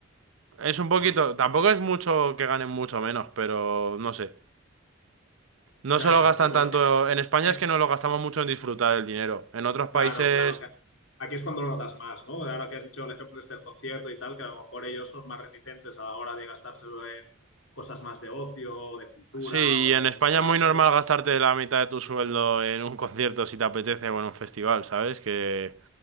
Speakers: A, on the right; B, on the left.
A: Es un poquito...
B: Vaya.
A: Tampoco es mucho que ganen mucho menos, pero no sé. No
B: Ya,
A: se lo
B: ya,
A: gastan
B: pero bueno,
A: tanto...
B: que,
A: En España
B: que-
A: es que no lo gastamos mucho en disfrutar el dinero. En otros países...
B: claro, claro, que aquí es cuando lo notas más, ¿no? Ahora que has dicho el ejemplo este del concierto y tal, que a lo mejor ellos son más reticentes a la hora de gastárselo en cosas más de ocio, o de cultura
A: Sí,
B: o
A: y
B: de
A: en
B: lo
A: España
B: que sea,
A: es muy
B: ¿no?
A: normal
B: Y
A: gastarte la mitad de tu sueldo en un <laughs> concierto si te apetece o en un festival, ¿sabes? Que